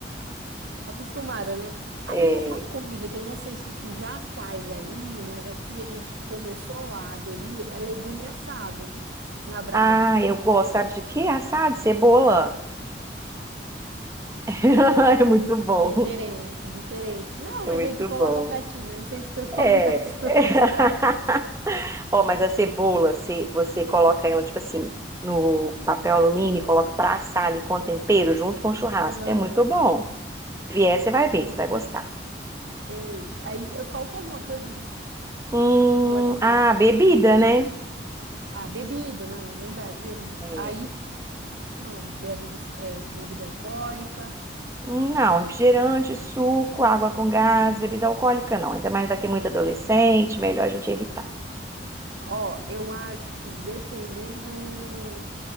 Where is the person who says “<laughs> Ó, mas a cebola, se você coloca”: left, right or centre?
Right